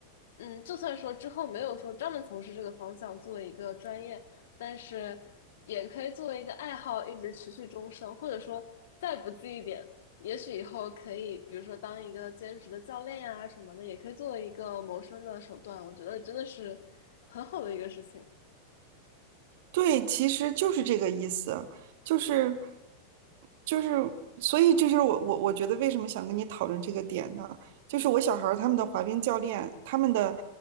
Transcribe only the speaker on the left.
嗯，就算说之后没有说专门从事这个方向做一个专业，但是也可以作为一个爱好一直持续终生，或者说再不济一点，也许以后可以，比如说当一个兼职的教练呀、什么的，也可以作为一个谋生的手段。我觉得真的是很好的一个事情。
嗯，